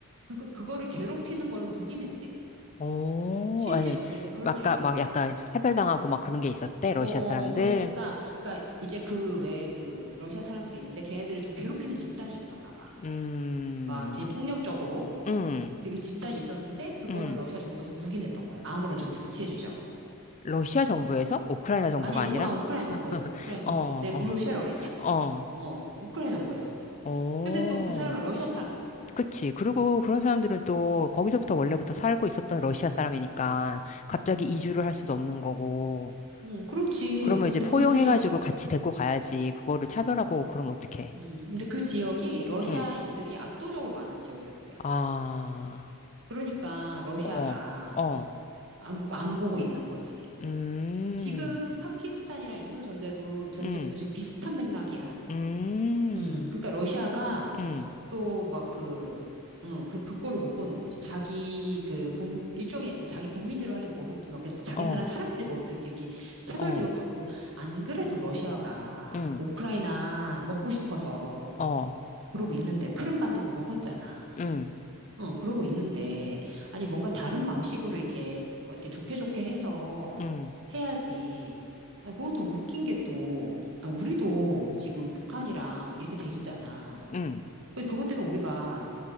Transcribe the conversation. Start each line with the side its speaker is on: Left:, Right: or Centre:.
Right: 그거, 그거를 괴롭히는 거를 묵인했대.
Left: 오,
Right: 실제로
Left: 아니,
Right: 그랬대. 그런
Left: 막까
Right: 일이 있었대.
Left: 막 약간 차별당하고 막 그런 게 있었대, 러시아
Right: 어, 어,
Left: 사람들.
Right: 어, 그런, 그러니까, 그러니까 이제 그 외에 그 러시아 사람들이 있는데 걔네들을 좀 괴롭히는 집단이 있었나 봐.
Left: 음,
Right: 막 이제 폭력적으로
Left: 음,
Right: 되게 집단이 있었는데 그거를
Left: 음.
Right: 러시아 정부에서 묵인했던 거예요. 아무런 조치도 취해주지 않고.
Left: 러시아 정부에서? 우크라이나 정부가
Right: 아니, 아니,
Left: 아니라?
Right: 우, 아, 우크라이나 정부에서. 우크라이나 정,
Left: 어,
Right: <laughs>
Left: 어,
Right: 내 러시아라고 그랬냐?
Left: 어.
Right: 어, 우크라이나 정부에서.
Left: 어,
Right: 근데 또 그 사람은 러시아 사람들이니까.
Left: 그치. 그리고 그런 사람들은 또 거기서부터 원래부터 살고 있었던 러시아 사람이니까 갑자기
Right: 음,
Left: 이주를 할 수도 없는 거고.
Right: 음, 그렇지.
Left: 그러면
Right: 근데
Left: 이제 포용해가지고
Right: 그 지역, 음,
Left: 같이 데리고 가야지. 그거를 차별하고 그러면 어떡해.
Right: 음, 근데 그 지역이 러시아인들이
Left: 응.
Right: 압도적으로 많은 지역이었대.
Left: 아,
Right: 그러니까 러시아가
Left: 어, 어,
Right: 안, 보- 안 보고 있는 거지.
Left: 음,
Right: 지금 파키스탄이랑 인도 전대도 전쟁도
Left: 음,
Right: 지금 비슷한 맥락이야.
Left: 음,
Right: 음, 그러니까 러시아가
Left: 음,
Right: 또 막 그, 응, 그, 그 꼴을 못 보는 거지. 자기 그, 국- 일종의, 자기 국민들을 하긴 모르지만, 그 자기
Left: 어,
Right: 나라 사람들이 거기서 이렇게 차별
Left: 어,
Right: 대우받고, 안 그래도 러시아가
Left: 음,
Right: 우크라이나 먹고 싶어서
Left: 어,
Right: 그러고 있는데, 크림반도도 먹었잖아.
Left: 음,
Right: 어, 그러고 있는데, 아니, 뭔가 다른 방식으로 이렇게, 뭐 이렇게 좋게 좋게 해서
Left: 음,
Right: 해야지. 아니, 그것도 웃긴 게 또, 아, 우리도 지금 북한이랑 이렇게 돼 있잖아.
Left: 음.
Right: 그, 그것 때문에 우리가